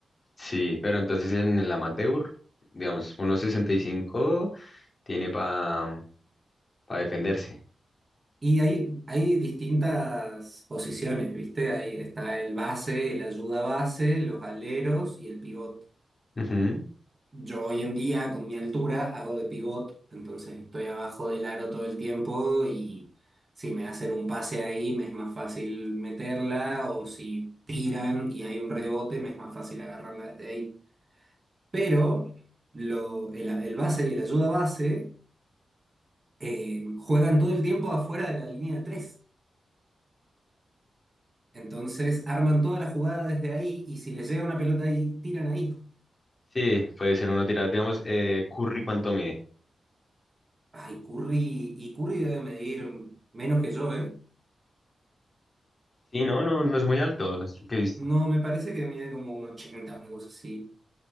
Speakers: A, on the left; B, on the right.
A: sí. Pero entonces en el amateur, digamos, uno sesenta y cinco tiene para defenderse.
B: Y hay, hay distintas posiciones, ¿viste? Ahí está el base, el ayuda base, los aleros y el pivot.
A: Ujú.
B: Yo hoy en día, con mi altura, hago de pivot, entonces estoy abajo del aro todo el tiempo y si me hacen un pase ahí, me es más fácil meterla o si tiran y hay un rebote, me es más fácil agarrarla desde ahí. Pero lo, el, el base y el ayuda base eh, juegan todo el tiempo afuera de la línea de tres Entonces arman toda la jugada desde ahí y si les llega una pelota ahí, tiran ahí.
A: Sí, puede ser uno tirador. Digamos, eh, Curry, ¿cuánto mide?
B: Ay, Curry, y Curry debe medir menos que yo, ¿eh?
A: Sí, no, no, no es muy alto. Es lo que es-
B: No, me parece que mide como un ochenta una cosa así.